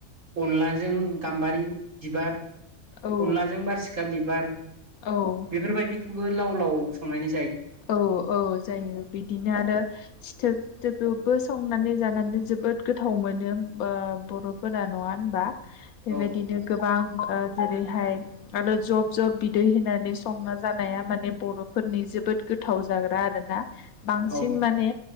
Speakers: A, on the right (about 35°); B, on the left (about 75°).
A: अनलाजों गाम्बारि बिबार
B: औ
A: अनलाजों बारसिखा बिबार
B: औ
A: बेफोरबायदिखौबो लाव लाव संनायनि
B: औ औ जायो बिदिनो आरो सिथोबथोबबो संनानै जानानै जोबोद गोथाव मोनो बर'फोरानो नङा होनबा बेबायदिनो
A: औ
B: गोबां जेरैहाय आरो जब जब बिदै होनानै संना जानाया माने बर'फोरनि जोबोद गोथाव जाग्रा आरोना बांसिन
A: औ
B: माने